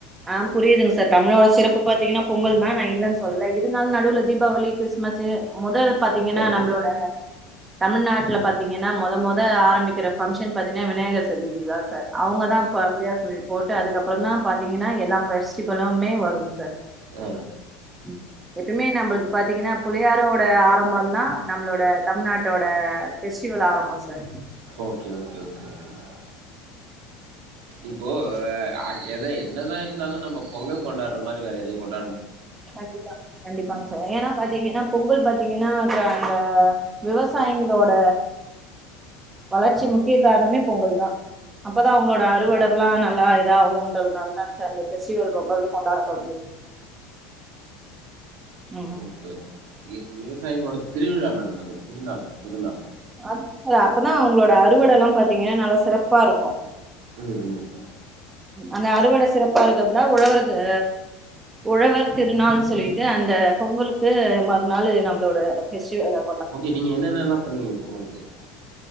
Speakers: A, on the right; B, on the right.
A: ஆ புரியுதுங்க சார் தமிழோட சிறப்பு பாத்தீங்கன்னா பொங்கல் தா நா இல்லன்னு சொல்ல இருந்தாலு நடுவுல தீபாவளி கிறிஸ்மஸ்ஸு மொத பாத்தீங்கன்னா
B: ஏ
A: நம்மளோட தமிழ்நாட்டுல பாத்தீங்கன்னா மொத மொத ஆரம்பிக்கிற பங்க்ஷன் பாத்தீங்கன்னா விநாயகர் சதுர்த்தி தா சார் அவுங்கதா இப்ப பிள்ளையார் சுழி போட்டு அதுக்கப்பறந்தா பாத்தீங்கன்னா எல்லா பெஸ்டிவலுமே வருங்க சார்
B: ஆ
A: ம் எப்பயுமே நம்மளுக்கு பாத்தீங்கன்னா புள்ளையாரோட ஆரம்போந்தா நம்ளோட தமிழ்நாட்டோட ஃபெஸ்டிவல் ஆரம்போ sir
B: okay okay okay okay madam இப்போ எத என்னதா இருந்தாலு நம்ம பொங்கல் கொண்டாடுற மாரி வேற எதையு கொண்
A: கண்டிப்பாங்க கண்டிப்பாங்க சார் ஏன்னா பாத்தீங்கன்னா பொங்கல் பாத்தீங்கன்னா அப்பறோ அந்த விவசாயிங்களோட வளர்ச்சி முக்கிய காரணமே பொங்கல்தா அப்பதா அவங்களோட அறுவடைல்லா நல்லா இதாகுன்றதுனாலதாங்க சார் இந்த பெஸ்டிவல் ரொம்பவே கொண்டாடப்படுது ம்
B: ஓகே ஓகே வி- விவசாயிகளோட திருவிழா மேடம் அது திருநாள் திருநாள்
A: அப் அது அப்பதா அவங்களோட அறுவடையெல்லா பாத்தீங்கன்னா நல்லா சிறப்பா இருக்கு
B: ம் ம்
A: அந்த அறுவட சிறப்பா இருக்குறதுதா உழவருது உழவர் திருநாள்னு சொல்லிட்டு அந்த பொங்கலுக்கு மறுநாள் நம்மளோட பெஸ்டிவல் அது
B: ஓகே நீங்க என்னென்னல்லா பண்ணுவீங்க பொங்கலுக்கு